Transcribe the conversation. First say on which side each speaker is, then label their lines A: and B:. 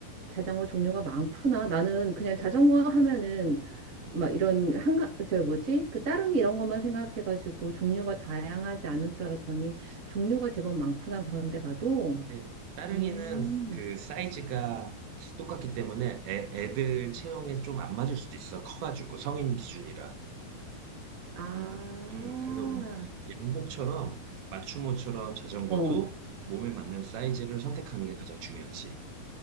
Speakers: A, on the right (about 45°); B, on the right (about 80°).
A: 자전거 종류가 많구나. 나는 그냥 자전거
B: 음,
A: 하면은
B: 음.
A: 막 이런 한가, 저 뭐지? 그 따릉이 이런 것만 생각해가지고 종류가 다양하지 않을 줄 알았더니 종류가 제법 많구나. 그런 데 가도.
B: 근데 따릉이는
A: 음,
B: 그 사이즈가 똑같기 때문에 애, 애들 체형에 좀 안 맞을 수도 있어. 커가지고, 성인 기준이라.
A: 아,
B: 음, 음, 그래서 양복처럼, 맞춤옷처럼 자전거도
A: 어,
B: 몸에 맞는 사이즈를 선택하는 게 가장 중요하지.